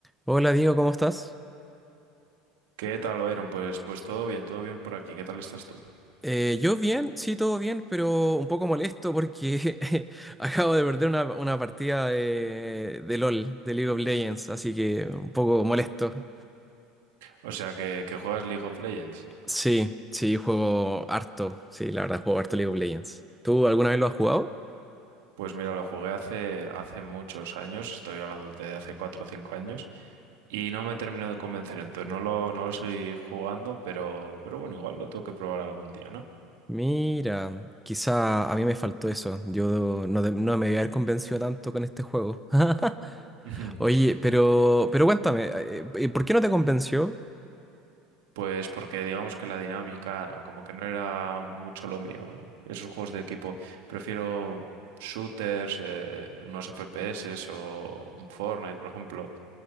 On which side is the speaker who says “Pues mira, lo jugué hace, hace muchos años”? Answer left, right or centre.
Right